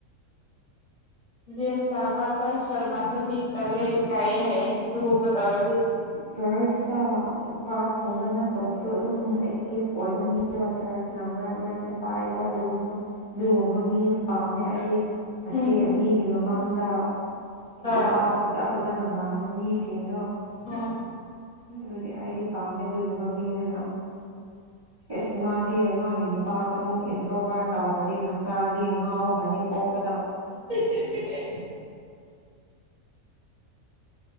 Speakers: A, on the left; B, on the right.
A: ꯂꯦꯟ ꯇꯥꯕ ꯆꯔꯁ ꯆꯠꯃꯟꯂꯗꯤ ꯇꯜꯂꯦ ꯏꯀꯥꯏꯌꯦ ꯍꯥꯏꯌꯦ ꯑꯗꯨ ꯒꯨꯝꯕ ꯇꯧꯔꯗꯤ
B: ꯆꯔꯁꯇ ꯄꯥꯔꯠ ꯐꯣꯡꯕ ꯅꯠꯇꯕꯁꯨ ꯑꯗꯨꯝ ꯑꯦꯛꯇꯤꯞ ꯑꯣꯏꯕ ꯃꯤ ꯅꯣ ꯆꯔꯁꯅ ꯃꯔꯛ ꯃꯔꯛꯇ ꯄꯥꯏꯕ ꯗꯨꯝ ꯗꯨꯒꯨꯝꯕ ꯃꯤꯗꯨ ꯄꯥꯝꯃꯦ ꯑꯩꯗꯤ ꯑꯁꯤ
A: ꯎꯝ
B: ꯃꯤꯒꯤ ꯃꯃꯥꯡꯗ
A: ꯍꯣꯏ
B: ꯋꯥ ꯐꯖ ꯐꯖꯅ ꯉꯥꯡꯕ ꯃꯤꯁꯤꯡꯗꯣ
A: ꯑꯥ
B: ꯑꯗꯨꯗꯤ ꯑꯩꯗꯤ ꯄꯥꯝꯃꯦ ꯑꯗꯨꯒꯨꯝꯕ ꯃꯤꯗꯨꯅ ꯏꯁ ꯃꯥꯗꯤ ꯃꯥꯒꯤ ꯅꯨꯄꯥꯁꯨ ꯑꯃꯨꯛ ꯏꯟꯇ꯭ꯔꯣꯕꯥꯔꯠ ꯇꯧꯈ꯭ꯔꯗꯤ ꯃꯠ ꯆꯥꯗꯤ ꯉꯥꯎꯈ꯭ꯔꯅꯤ ꯄꯣꯛꯄꯗ
A: <inaudible>